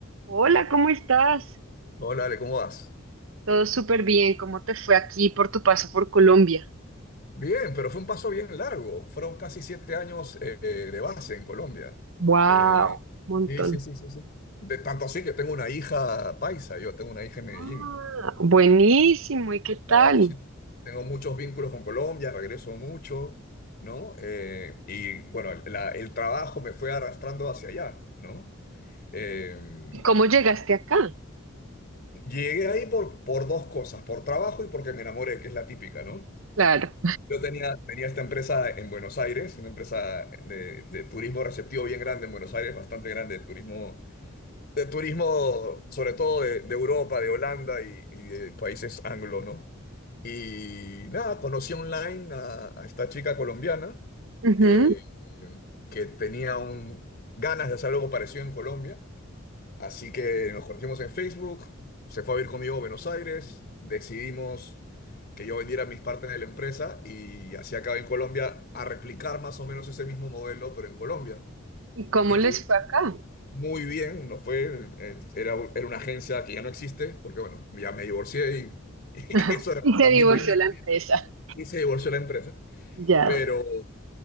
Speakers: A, on the right; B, on the left.
A: Hola, ¿cómo estás?
B: Hola, Ale, ¿cómo vas?
A: Todo súper bien. ¿Cómo te fue aquí por tu paso por Colombia?
B: Bien, pero fue un paso bien largo. Fueron casi siete años eh, de base en Colombia.
A: Wow,
B: Eh,
A: montón.
B: sí, sí, sí, sí, sí. De tanto así que tengo una hija paisa, yo tengo una hija en Medellín.
A: Ah, buenísimo. ¿Y qué tal?
B: Claro, sí. Tengo muchos vínculos con Colombia, regreso mucho, ¿no? Eh, y bueno, el la- el trabajo me fue arrastrando hacia allá, ¿no? Eh,
A: ¿Y cómo llegaste acá?
B: llegué ahí por, por dos cosas, por trabajo y porque me enamoré, que es la típica, ¿no?
A: Claro.
B: Yo tenía, tenía esta empresa en Buenos Aires, una empresa de, de turismo receptivo bien grande en Buenos Aires, bastante grande, de turismo, de turismo sobre todo de, de Europa, de Holanda y, y de países anglo, ¿no? Y nada, conocí online a, a esta chica colombiana
A: Ujú.
B: eh, eh, que tenía un- ganas de hacer algo parecido en Colombia Así que nos conocimos en Facebook, se fue a vivir conmigo a Buenos Aires, decidimos que yo vendiera mis partes de la empresa y así acabé en Colombia a replicar más o menos ese mismo modelo, pero en Colombia.
A: ¿Y cómo
B: Y Bien.
A: les
B: tú,
A: fue acá?
B: muy bien, nos fue, eh, era, era una agencia que ya no existe, porque bueno, ya me divorcié y, <laughs> y
A: <laughs>
B: eso era-
A: Y se
B: también
A: divorció
B: viene,
A: la empresa.
B: y se divorció la empresa,
A: Ya.
B: pero